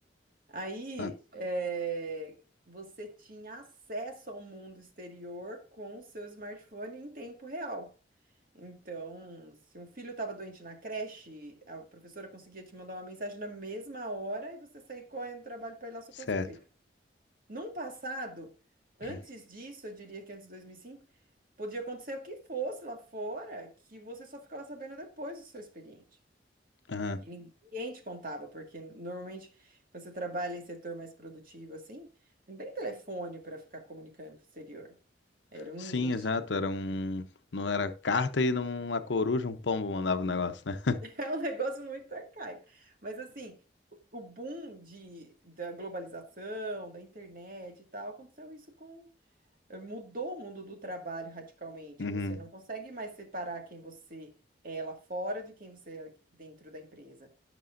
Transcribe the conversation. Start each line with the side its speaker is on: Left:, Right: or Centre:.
Right: Aí,
Left: Ah,
Right: é, você tinha acesso ao mundo exterior com o seu smartphone em tempo real. Então, se um filho estava doente na creche, a professora conseguia te mandar uma mensagem na mesma hora e você sair correndo do trabalho para ir lá socorrer
Left: certo.
Right: seu filho. Num passado, antes
Left: <clears throat>
Right: disso, eu diria que antes de 2005, podia acontecer o que fosse lá fora, que você só ficava sabendo depois do seu expediente.
Left: Aham.
Right: Que ninguém te contava, porque normalmente quando você trabalha em setor mais produtivo assim, não tem telefone para ficar comunicando com o exterior. Era um,
Left: Sim, exato, era um... Não era carta e não uma coruja, um pombo mandava o negócio, né?
Right: É um negócio muito arcaico. Mas assim, o o boom de, da globalização, da internet e tal, aconteceu isso com. eh, Mudou o mundo do trabalho radicalmente.
Left: Uhum,
Right: Você não consegue mais separar quem você é lá fora de quem você é dentro da empresa.